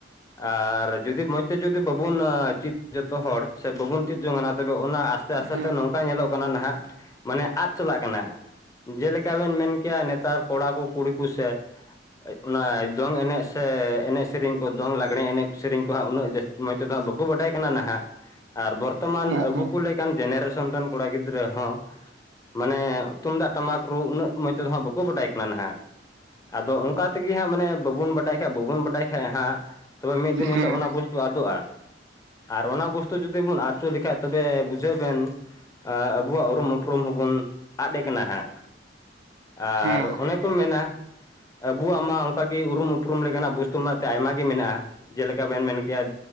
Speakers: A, on the left; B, on the right.
A: ᱟᱨ ᱡᱩᱫᱤ ᱢᱚᱸᱡᱽ ᱛᱮ ᱡᱩᱫᱤ ᱵᱟᱵᱩᱱ ᱪᱤᱫ ᱡᱚᱛᱚ ᱦᱚᱲ ᱥᱮ ᱵᱟᱵᱚᱱ ᱪᱮᱫ ᱡᱚᱝ ᱟᱱᱟ ᱛᱚᱵᱮ ᱚᱱᱟ ᱟᱥᱛᱮ ᱟᱥᱛᱮ
B: ᱦᱮᱸ
A: ᱛᱮ ᱱᱚᱝᱠᱟ ᱧᱮᱞᱚᱜ ᱠᱟᱱᱟ ᱱᱟᱦᱟᱜ ᱢᱟᱱᱮ ᱟᱫ ᱪᱟᱞᱟᱜ ᱠᱟᱱᱟ᱾ ᱡᱮᱞᱮᱠᱟ ᱵᱮᱱ ᱢᱮᱱ ᱠᱮᱭᱟ ᱱᱮᱛᱟᱨ ᱠᱚᱲᱟ ᱠᱚ ᱠᱩᱲᱤ ᱠᱚ ᱥᱮ ᱚᱱᱟ ᱫᱚᱝ ᱮᱱᱮᱡ ᱥᱮ ᱮᱱᱮᱡ ᱥᱮᱨᱮᱧ ᱠᱚ ᱫᱚᱝ ᱞᱟᱜᱽᱲᱮ ᱮᱱᱮᱡ ᱥᱮᱨᱮᱧ ᱠᱚ ᱦᱟᱸᱜ ᱩᱱᱟᱹᱜ ᱡᱟᱹᱥᱛᱤ ᱢᱚᱡᱽ ᱛᱮᱫᱚ ᱦᱟᱸᱜ ᱵᱟᱠᱚ ᱵᱟᱰᱟᱭ ᱠᱟᱱᱟ ᱱᱟᱦᱟᱜ ᱟᱨ ᱵᱚᱨᱛᱚᱢᱟᱱ
B: ᱦᱮᱸ
A: ᱟᱵᱚ
B: ᱦᱮᱸ
A: ᱠᱚ ᱞᱮᱠᱟᱱ ᱡᱮᱱᱟᱨᱮᱥᱚᱱ ᱨᱮᱱ ᱠᱚᱲᱟ ᱜᱤᱫᱽᱨᱟᱹ ᱦᱚᱸ, ᱢᱟᱱᱮ ᱛᱩᱢᱫᱟᱜ ᱴᱟᱢᱟᱠ ᱨᱩ ᱩᱱᱟᱹᱜ ᱢᱚᱡᱽᱚᱛᱚ ᱦᱜ ᱵᱟᱠᱚ ᱵᱟᱰᱟᱭ ᱠᱟᱱᱟ ᱱᱟᱸᱦᱟᱜ ᱟᱫᱚ ᱚᱱᱠᱟ ᱛᱮᱜᱮ ᱦᱟᱸᱜ ᱢᱟᱱᱮ ᱵᱟᱵᱚᱱ ᱵᱟᱰᱟᱭ ᱠᱷᱟᱡ ᱵᱟᱵᱚᱱ ᱵᱟᱰᱟᱭ ᱠᱷᱟᱡ ᱦᱟᱸᱜ ᱛᱚᱵᱮ ᱢᱤᱫ ᱫᱤᱱ
B: ᱦᱮᱸ
A: ᱦᱤᱞᱳᱜ ᱚᱱᱟ ᱵᱚᱥ ᱼᱼ ᱛᱩ ᱟᱫᱚᱜᱼᱟ, ᱟᱨ ᱚᱱᱟ ᱵᱚᱥᱛᱩ ᱡᱩᱫᱤ ᱵᱚᱱ ᱟᱫᱪᱚ ᱞᱮᱠᱷᱷᱟᱡ ᱛᱚᱵᱮ ᱵᱩᱡᱷᱟᱹᱣ ᱵᱮᱱ, ᱟᱵᱚᱣᱟᱜ ᱩᱨᱩᱢ ᱩᱯᱨᱩᱢ ᱦᱚᱸᱵᱚᱱ ᱟᱫ ᱮ ᱠᱟᱱᱟ ᱦᱟᱸᱜ, ᱟᱨ
B: ᱦᱮᱸ
A: ᱚᱱᱮ ᱼᱼ ᱠᱚ ᱢᱮᱱᱟ ᱟᱵᱚᱣᱟᱜ ᱢᱟ ᱚᱱᱠᱟᱜ ᱜᱮ ᱩᱨᱩᱢ ᱩᱯᱨᱩᱢ ᱞᱮᱠᱟᱱᱟᱜ ᱵᱚᱥᱛᱩ ᱢᱮᱱᱛᱮ ᱟᱭᱢᱟ ᱜᱮ ᱢᱮᱱᱟᱜᱼᱟ᱾ ᱡᱮᱞᱮᱠᱟ ᱵᱮᱱ ᱢᱮᱱ ᱠᱮᱭᱟ